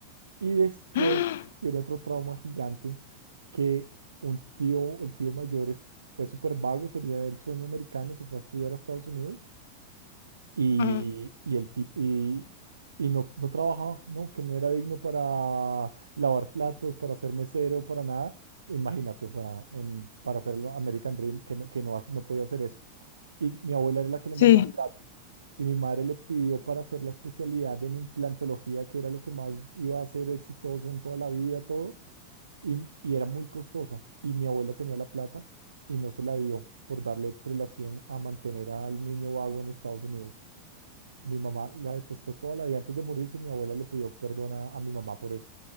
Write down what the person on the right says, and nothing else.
Y después
tiene otro trauma gigante que un tío, el tío mayor es- fue súper vago, tenía el sueño americano, se fue a estudiar a Estados Unidos y,
y el tipo y, y no, no trabajaba, no, que él no era digno para lavar platos, para ser mesero, para nada. Imagínate, o sea, en- para hacer el American Dream, que no, que no, ha- no podía hacer eso. Y mi abuela era la que le
mandaba plata y mi madre le pidió para hacer la especialidad en implantología, que era lo que más iba a ser exitoso en toda la vida, todo, y, y era muy costosa. Y mi abuela tenía la plata y no se la dio por darle prelación a mantener al niño vago en Estados Unidos. Mi mamá la detestó toda la vida antes de morirse. Mi abuela le pidió perdón a, a mi mamá por eso.